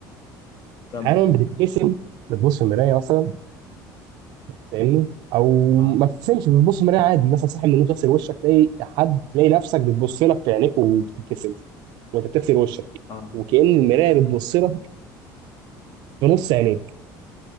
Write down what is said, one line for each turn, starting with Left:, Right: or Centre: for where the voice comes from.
Left: كمل
Right: احيانا بتبتسم بتبص في المرايه مثلا فاهمني او
Left: اه
Right: ما تبتسمش بتبص في مرايه عادي مثلا صاحي من النوم تغسل وشك تلاقي حد تلاقي نفسك بتبص لك في عينيك وبتبتسم وانت بتغسل وشك
Left: اه
Right: وكأن المرايه بتبص لك في نص عينيك